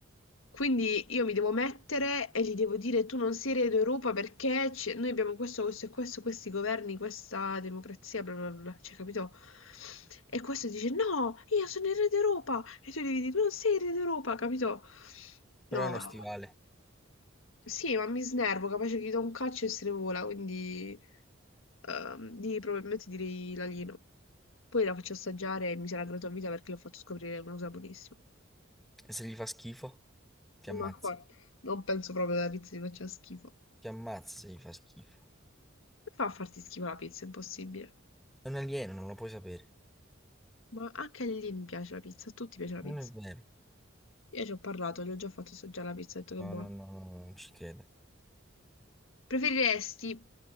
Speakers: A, on the left; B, in the centre.
A: Quindi io mi devo mettere e gli devo dire tu non sei re d'Europa perché c'è- noi abbiamo questo, questo e questo, questi governi, questa democrazia, bla bla bla, cioè capito? E questo dice no, io sono il re d'Europa e tu devi dire non sei il re d'Europa, capito? No,
B: però è uno
A: no.
B: stivale.
A: sì, ma mi snervo, capace che gli do un calcio e se ne vola, quindi ehm, di- probabilmente direi l'alieno. Poi la faccio assaggiare e mi sarà grata a vita perché l'ho fatto scoprire una cosa buonissima.
B: E se gli fa schifo, ti ammazza.
A: Ma qua non penso proprio che la pizza gli faccia schifo.
B: Ti ammazza se gli fa schifo.
A: Come fa a farti schifo la pizza? È impossibile.
B: È un alieno, non lo puoi sapere.
A: Ma anche a Lilini piace la pizza, a tutti piace la pizza.
B: Non è vero.
A: Io ci ho parlato, gli ho già fatto assaggiare la pizza, ho detto che
B: No,
A: è buona.
B: no, no, no, no, non ci credo.
A: Preferiresti